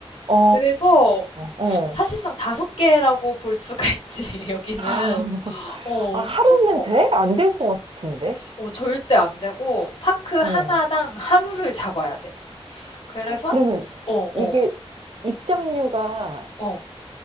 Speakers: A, on the right; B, on the left.
A: 어,
B: 그래서
A: 어.
B: 사실상 다섯 개라고 볼 수가 있지, <laughs> 여기는.
A: <laughs>
B: 어,
A: 아, 하루면
B: 엄청 커.
A: 돼? 안 될 것 같은데?
B: 어, 절대 안 되고, 파크 하나당
A: 어.
B: 하루를 잡아야 돼. 그래서,
A: 그러면
B: 어,
A: 이게
B: 어,
A: 입장료가
B: 어.